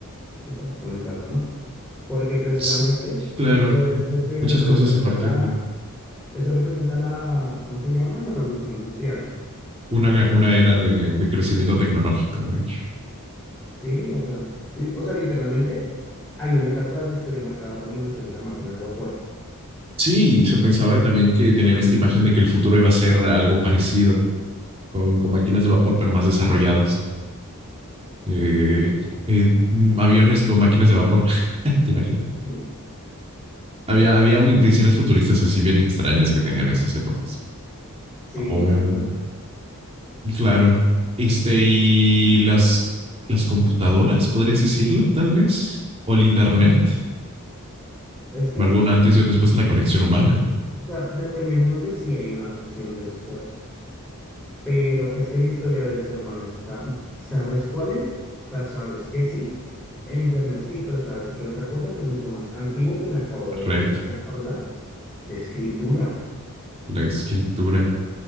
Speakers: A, in the centre; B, on the right.
A: que estamos comentando, ¿no? Porque precisamente
B: S- Claro.
A: eso es lo que,
B: Muchas
A: lo que
B: cosas
A: representa
B: se partían
A: la,
B: de ahí.
A: eso representa la, ¿cómo se llama? La revolución industrial,
B: Una, una era de, de crecimiento tecnológico, de hecho.
A: ¿sí? O sea, li- o sea, literalmente hay una etapa de la historia marcada por la invención de la máquina de vapor.
B: Sí, y se pensaba también que tenían esta imagen de que el futuro iba a ser algo parecido, con, con máquinas de vapor, pero más desarrolladas. Eh, eh, mm, aviones con máquinas de vapor, <laughs> ¿te imaginas?
A: Mm.
B: Había, había visiones
A: No,
B: futuristas así bien extrañas que tenían esas épocas.
A: Sí,
B: Oh,
A: tal cual.
B: claro. Este, y las, las computadoras, podrías decirlo, tal vez, o el Internet,
A: Es que,
B: marcó un antes y un después en la conexión humana,
A: o sea, dependientemente si hay un antes y un después. Pero es que la historia del ser humano está, ¿sabes cuál es? O sea, sabes que sí, en internet sí, pero sabes que otra cosa que es mucho más antiguo que me acabo de,
B: red,
A: de acordar, la escritura.
B: la escritura,